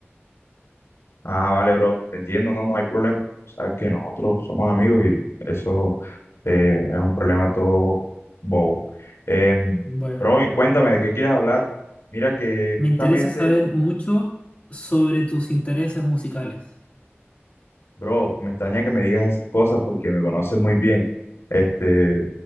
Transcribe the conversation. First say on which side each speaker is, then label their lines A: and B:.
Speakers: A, on the left; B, on the left.
A: Ah, vale, bro, te entiendo, no, no hay problema. Sabes que nosotros somos amigos y eso eh, es un problema todo bobo. Em,
B: Bueno.
A: bro, y cuéntame, ¿de qué quieres hablar? Mira que
B: Me
A: justamente,
B: interesa saber mucho sobre tus intereses musicales.
A: bro, me extraña que me digas esas cosas porque me conoces muy bien. Este,